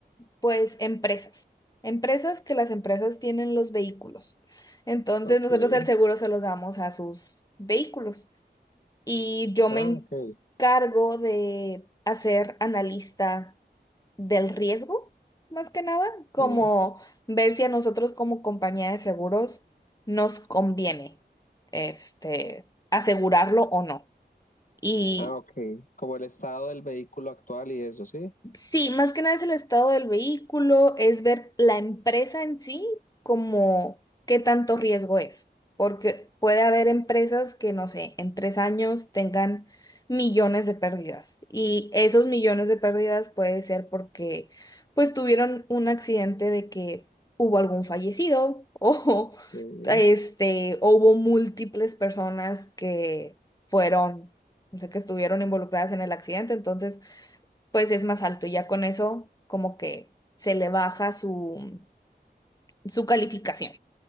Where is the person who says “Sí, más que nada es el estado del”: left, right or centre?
Left